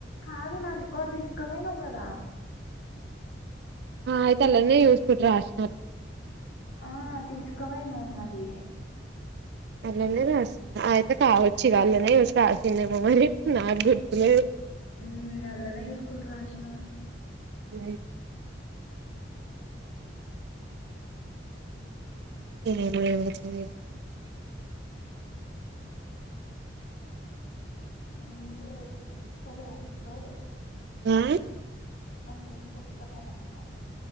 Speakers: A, on the left (about 80°); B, on the right (about 60°).
A: కాదు నా రికార్డ్ తీసు కుప్యో నావు కదా
B: అయితే అట్లనే చూసుకుంట రాసిన
A: ఆ తీసుకోపోయినవ్ నాది
B: అల్లానే రాసింది అ అయితే కావచ్చు అల్లనే రాసిందేమో మరి నాకు గుర్తులే
A: మ్ అట్లనే చూసుకుంటు రాసినా
B: అ <unintelligible>
A: అంట స్వస్థలే అసలు
B: ఆ
A: ఇంట్రెస్ట్ వస్తులేసా